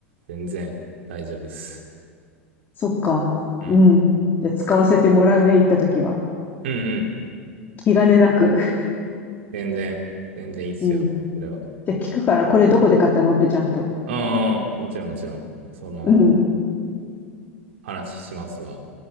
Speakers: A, on the right (about 60°); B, on the left (about 30°).
A: 全然大丈夫っす。
B: そっか。
A: うん。
B: うん。じゃあ、使わせてもらうね、行った時は。
A: うんうん。
B: 気兼ねなく。<laughs>
A: 全然、全然いいっすよ。
B: うん。
A: これは。
B: じゃあ、聞くから、これどこで買ったのってちゃんと。
A: うん、もちろんもちろん。その、
B: うん。
A: 話しますわ。